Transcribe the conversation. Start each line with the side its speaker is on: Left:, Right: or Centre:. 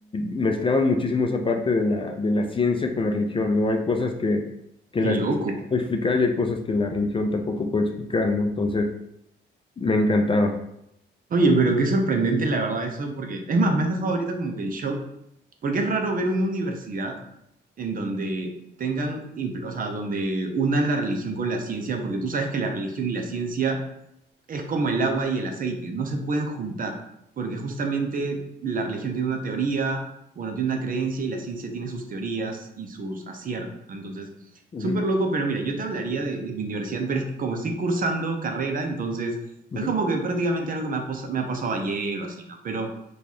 Left: mezclaban muchísimo esa parte de la, de la ciencia con la religión, ¿no? Hay cosas que, que
Right: <clears throat> Qué
Left: la
Right: loco.
Left: ciencia no puede explicar y hay cosas que la religión tampoco puede explicar, ¿no? Entonces... Me encantaba.
Right: Oye, pero qué sorprendente la verdad eso, porque es más, me has dejado ahorita como que en shock, porque es raro ver una universidad en donde tengan, impl- o sea, donde unan la religión con la ciencia, porque tú sabes que la religión y la ciencia es como el agua y el aceite, no se pueden juntar, porque justamente la religión tiene una teoría, bueno, tiene una creencia y la ciencia tiene sus teorías y sus aciertos. ¿no? Entonces,
Left: Ujú,
Right: súper loco, pero mira, yo te hablaría de, de, mi universidad, pero es que como estoy cursando carrera, entonces
Left: ujú,
Right: es como que prácticamente algo que me ha, posa- me ha pasado ayer o así, ¿no? Pero